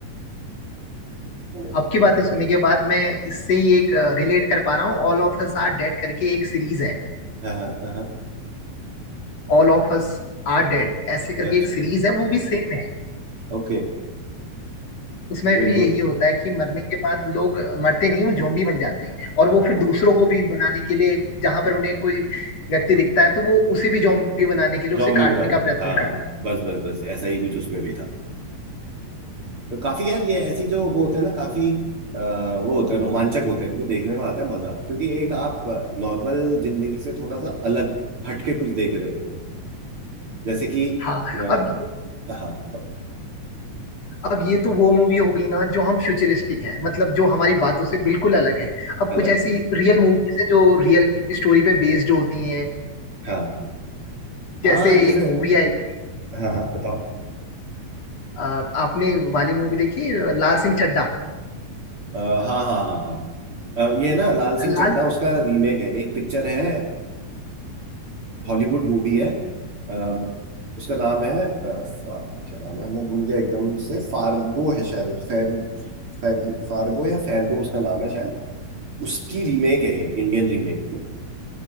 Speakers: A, on the right; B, on the left.
A: तो
B: आपकी बातें सुनने के बाद मैं इससे ही एक रिलेट कर पा रहा हूँ all of us are dead करके एक सीरीज है
A: हाँ हाँ हाँ,
B: All of us are dead ऐसे करके
A: अच्छा
B: एक सीरीज है वो भी सेम है
A: ओके
B: उसमें
A: बिल्कुल
B: भी यही होता है कि मरने के बाद लोग मरते नहीं वो जोम्बी बन जाते हैं और
A: हाँ
B: वो फिर
A: वो
B: दूसरों को भी बनाने के लिए जहां पर उन्हें कोई व्यक्ति दिखता है तो वो उसे भी जोम्बी बनाने के लिए
A: जॉम्बी
B: उसे काटने
A: बनाने
B: का प्रयत्न
A: हाँ
B: करते हैं
A: बस बस बस ऐसा ही कुछ उसमें भी था तो काफी यार ये ऐसी जो वो होते हैं ना काफी अ, वो होते हैं रोमांचक होते हैं इनको देखने में आता है मजा क्योंकि एक आप नॉर्मल जिंदगी से थोड़ा सा अलग हटके कुछ देख रहे होते हो जैसे कि
B: हाँ
A: अ,
B: अब
A: हाँ बताओ
B: अब ये तो वो मूवी हो गई ना जो हम फ्यूचरिस्टिक है मतलब जो हमारी बातों से बिल्कुल अलग है अब
A: अलग
B: कुछ
A: है
B: ऐसी रियल मूवीज है जो रियल स्टोरी पे बेस्ड होती हैं
A: हाँ हाँ
B: जैसे
A: जैसे
B: एक मूवी आई थी
A: हाँ हाँ बताओ
B: अ, आपने वाली मूवी देखी है, लाल सिंह चड्ढा
A: अ, हाँ हाँ हाँ हाँ अ, ये ना लाल सिंह
B: लाल
A: चड्ढा उसका रीमेक है एक पिक्चर है हॉलीवुड मूवी है अ, उसका नाम है अ, फा- क्या नाम है मैं भूल गया एकदम से फार्गो है शायद फैर, फैर, फार्गो या फैर्गो उसका नाम है शायद उसकी रीमेक है ये इंडियन रीमेक